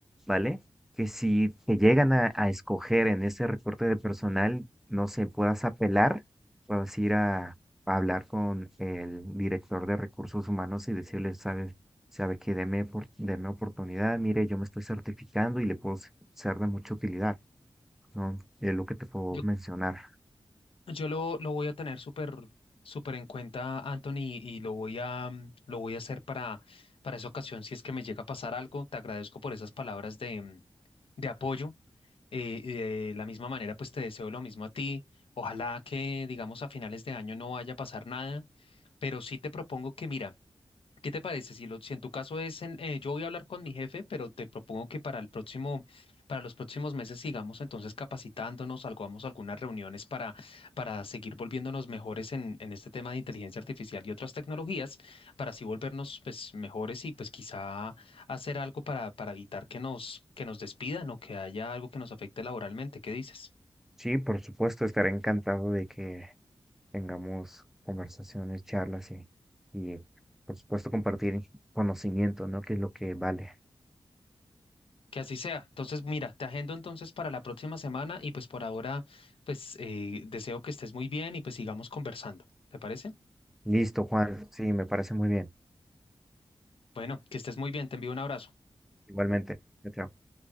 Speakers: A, in the centre; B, on the left (about 75°).
A: ¿vale? Que si te llegan a, a escoger en ese recorte de personal, no sé, puedas apelar, puedas ir a, a hablar con el director de recursos humanos y decirle, sabes, sabe que deme, por- deme oportunidad, mire, yo me estoy certificando y le puedo ser de mucha utilidad, ¿no? Es lo que te puedo
B: Yo
A: mencionar.
B: Yo lo, lo voy a tener súper súper en cuenta, Anthony, y lo voy a, mm, lo voy a hacer para, para esa ocasión. Si es que me llega a pasar algo, te agradezco por esas palabras de, mm, de apoyo. eh, y de la misma manera, pues te deseo lo mismo a ti. Ojalá que, digamos, a finales de año no vaya a pasar nada, pero sí te propongo que, mira, ¿Qué te parece? Si, lo, si en tu caso es, en- eh, yo voy a hablar con mi jefe, pero te propongo que para el próximo, para los próximos meses sigamos entonces capacitándonos, hagamos algunas reuniones para, para seguir volviéndonos mejores en, en este tema de inteligencia artificial y otras tecnologías, para así volvernos pues mejores y pues quizá hacer algo para, para evitar que nos, que nos despidan o que haya algo que nos afecte laboralmente. ¿Qué dices?
A: Sí, por supuesto, estaré encantado de que tengamos conversaciones, charlas y, y por supuesto compartir conocimiento, ¿no? Que es lo que vale.
B: Que así sea. Entonces, mira, te agendo entonces para la próxima semana y pues por ahora, pues eh, deseo que estés muy bien y pues sigamos conversando. ¿Te parece?
A: Listo, Juan. Sí, me parece muy bien.
B: Bueno, que estés muy bien. Te envío un abrazo.
A: Igualmente. Chao. chao.